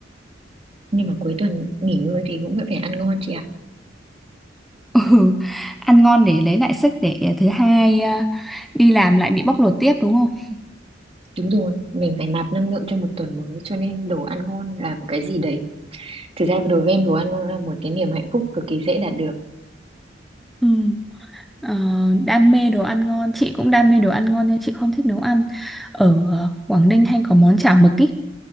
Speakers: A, on the right; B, in the centre.
A: Nhưng mà cuối tuần nghỉ ngơi thì cũng vẫn phải ăn ngon chị ạ.
B: ừ. ăn ngon để lấy lại sức để thứ hai à, đi làm lại bị bóc lột tiếp đúng không
A: Đúng rồi, mình phải nạp năng lượng cho một tuần mới cho nên đồ ăn ngon là một cái gì đấy. Thực ra đối với em đồ ăn ngon là một cái niềm hạnh phúc cực kỳ dễ đạt được.
B: ừ. Ờ, đam mê đồ ăn ngon chị cũng đam mê đồ ăn ngon nhưng chị không thích nấu ăn ở ờ, Quảng Ninh hay có món chả mực ý